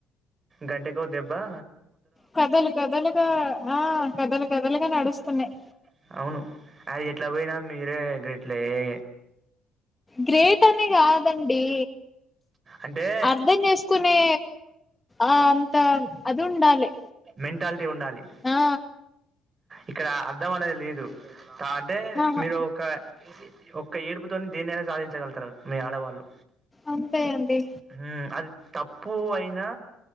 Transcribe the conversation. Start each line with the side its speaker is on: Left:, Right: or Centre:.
Right: గంటకి దెబ్బా
Left: కథలు కథలుగా ఆ కథలు కథలుగా నడుస్తున్నాయి
Right: ప్రజలుగా నడుస్తున్నారు. అవును అది ఎట్లా పోయినా మీరే గెట్ల ఏ
Left: గ్రేట్ అని కా కాదండి
Right: అంటే
Left: అర్ధం చేసుకునే ఆ అంత అది ఉండాలి
Right: మెంటాలిటీ ఉండాలి
Left: ఆ
Right: ఇక్కడ అర్ధం అనేది లేదు అంటే
Left: ఆహా
Right: మీరు ఒక ఒక ఏడుపుతోని దీనిేనా సాధించగగుతారు మీ ఆడవాళ్ళు
Left: అంతే అండి
Right: హ అది తప్పు అయినా